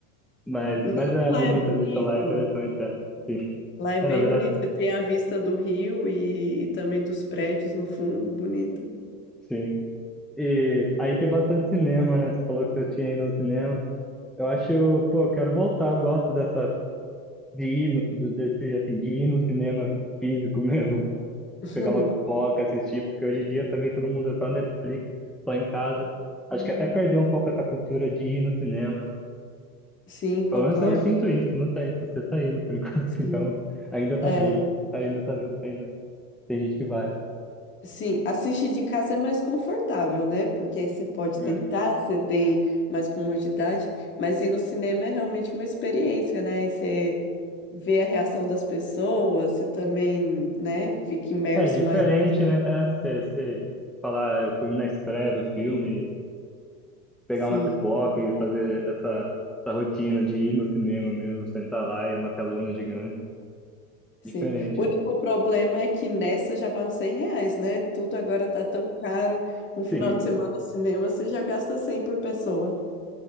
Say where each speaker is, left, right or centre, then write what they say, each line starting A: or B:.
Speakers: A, in the centre; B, on the left.
A: Mas,
B: Não,
A: mas é
B: lá
A: bonita
B: é bonito.
A: a vista lá, é interessante, é. Sim.
B: Lá é bem
A: É, na verdade,
B: bonito. Você tem a vista do rio e, e também dos prédios no fundo, bonito.
A: sim. E aí tem bastante cinema, né? Você falou que eu tinha ido ao cinema. Eu acho, pô, eu quero voltar, eu gosto dessa, de ir no, do- desse, assim, de ir no cinema físico <laughs> mesmo.
B: <laughs>
A: pegar uma pipoca, assistir, porque hoje em dia também todo mundo é só Netflix, só em casa. Acho que até perdeu um pouco essa cultura de ir no cinema.
B: Sim, concordo.
A: Pelo menos eu sinto isso, não sei. Você tá indo por <laughs> enquanto,
B: Sim,
A: então ainda tá
B: é.
A: vivo. Ainda tá, vivo, ainda tem gente que vai.
B: Sim, assistir de casa é mais confortável, né? Porque aí você pode
A: É,
B: deitar, você tem mais comodidade, mas ir no cinema é realmente uma experiência, né? E você vê a reação das pessoas, você também, né, fica imerso
A: Ah, é diferente,
B: mais no filme.
A: né? É, você você falar, "Ah, eu fui na estreia do filme, pegar
B: Sim.
A: uma pipoca e fazer essa, essa rotina de ir no cinema mesmo, sentar lá e uma telona gigante.
B: Sim.
A: Diferente.
B: O único problema é que nessa já vão 100 reais, né? Tudo agora tá tão caro.
A: <laughs>
B: Um final
A: Sim,
B: de
A: o
B: semana no cinema você já gasta cem por pessoa.